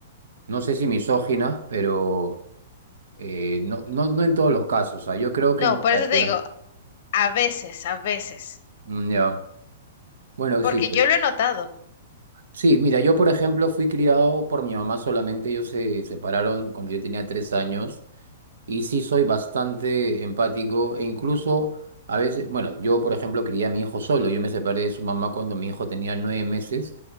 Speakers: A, on the right; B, on the left.
A: No sé si misógina, pero... Eh, no, no, no en todos los casos, o sea, yo creo
B: No,
A: que en
B: por
A: realidad,
B: eso te digo, a veces, a veces.
A: mm, ya. Bueno,
B: Porque
A: sí, pues.
B: yo lo he notado.
A: Sí, mira, yo por ejemplo fui criado por mi mamá solamente, ellos se separaron cuando yo tenía tres años y sí soy bastante empático e incluso a veces, bueno, yo por ejemplo crié a mi hijo solo, yo me separé de su mamá cuando mi hijo tenía nueve meses